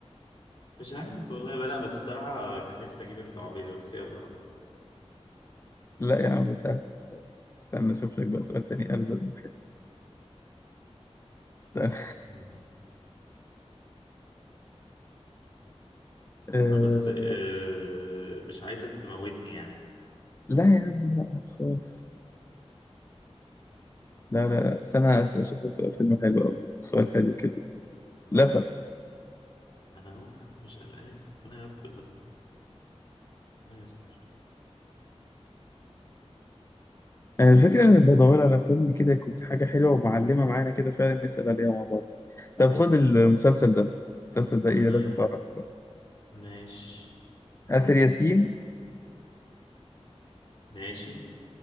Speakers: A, on the left; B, on the left.
A: مش عارف والله بقى لا بس بصراحة كان نفسي أجيب أنت عربية بس يلا بقى.
B: لا يا عم سهل سهل. استنى اشوف لك بقى سؤال تاني ارزق من كده استنى
A: مم.
B: أه...
A: أنا بس آه، مش عايزك تموتني يعني
B: لا يا عم لا لا خالص لا لا استنى أس- اشوف لك سؤال فيلم حلو او سؤال حلو كده لا تقلق
A: أنا هو مش قلقان ربنا يستر بس ربنا يستر
B: آه، الفكرة انا بدور على فيلم كده يكون حاجة حلوة ومعلمة معانا كده فعلا نسأل عليها مع بعض طب خد المسلسل ده المسلسل
A: ربنا
B: ده ايه لازم تعرفه بقى
A: ماشي
B: آسر ياسين
A: ماشي